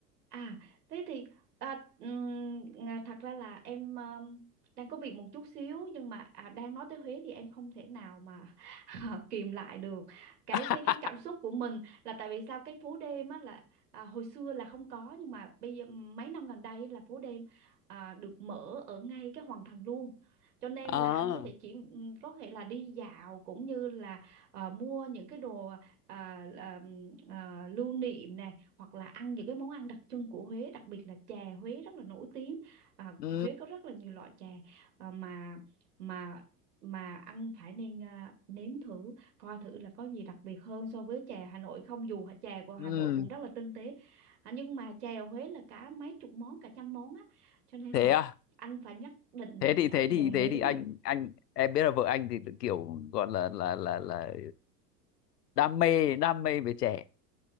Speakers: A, on the right; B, on the left.
A: À, thế thì à, ừm, à, thật ra là em um, đang có việc một chút xíu nhưng mà à, đang nói tới Huế thì em không thể nào mà <laughs> à, kìm lại được cái
B: <laughs>
A: cái cái cảm xúc của mình là tại vì sao cái phố đêm á là à, hồi xưa là không có nhưng mà bây giờ mấy năm gần đây là phố đêm à, được mở ở ngay cái Hoàng Thành luôn. Cho nên
B: à
A: là anh có thể chỉ ừm, có thể là đi dạo cũng như là à, mua những cái đồ à, là, à, lưu niệm nè hoặc là ăn những cái món ăn đặc trưng của Huế đặc biệt là chè Huế rất là nổi tiếng à,
B: ừ
A: Huế có rất là nhiều loại chè à, mà mà mà anh phải nên à, nếm thử coi thử là có gì đặc biệt hơn so với chè Hà Nội không dù hả- chè của Hà
B: ừ
A: Nội cũng rất là tinh tế à, nhưng mà chè Huế là cả mấy chục món cả trăm món á cho nên
B: thế
A: là
B: à
A: anh phải nhất định
B: thế
A: là
B: thì
A: phải
B: thế
A: ăn chè
B: thì
A: Huế
B: thế thì
A: nha
B: anh anh em biết là vợ anh thì kiểu gọi là là là là đam mê đam mê về chè